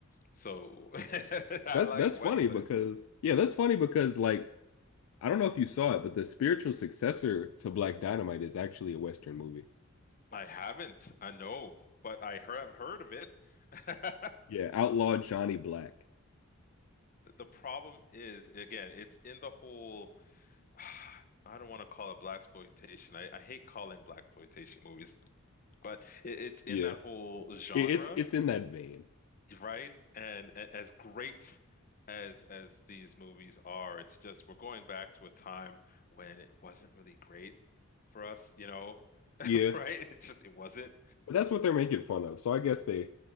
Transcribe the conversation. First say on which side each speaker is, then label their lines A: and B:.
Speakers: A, on the left (about 40°); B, on the left (about 70°).
A: So <laughs> I
B: That's
A: like
B: that's
A: Westerns.
B: funny because yeah, that's funny because like I don't know if you saw it, but the spiritual successor to Black Dynamite is actually a Western movie.
A: I haven't, I know, but I have heard of it. <laughs>
B: Yeah, Outlaw Johnny Black.
A: The problem is, again, it's in the whole <sighs> I don't want to call it black exploitation. I, I hate calling black exploitation movies, but it, it's in
B: Yeah.
A: that whole genre,
B: It, it's it's in that vein.
A: right? And a- as great as as these movies are, it's just we're going back to a time when it wasn't really great for us, you know, <laughs>
B: Yeah.
A: right? It just it wasn't.
B: But that's what they're making fun of. So I guess they